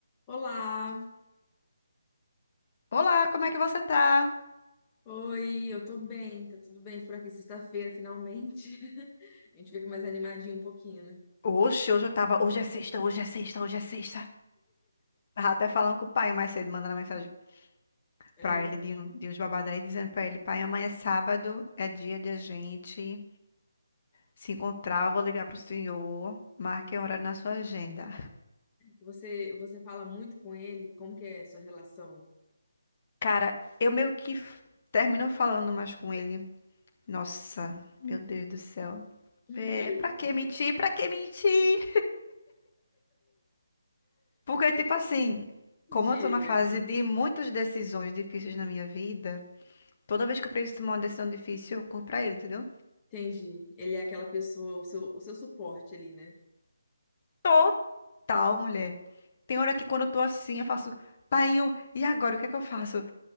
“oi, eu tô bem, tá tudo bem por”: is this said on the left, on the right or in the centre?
Left